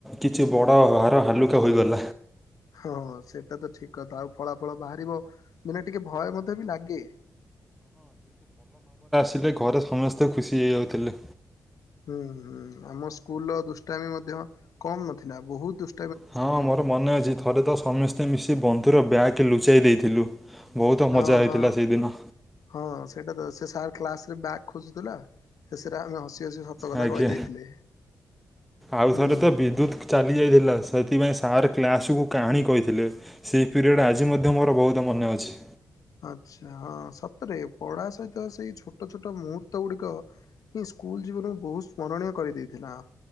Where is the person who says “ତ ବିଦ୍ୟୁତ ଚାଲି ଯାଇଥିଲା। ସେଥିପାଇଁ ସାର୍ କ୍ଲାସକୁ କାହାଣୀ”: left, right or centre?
Centre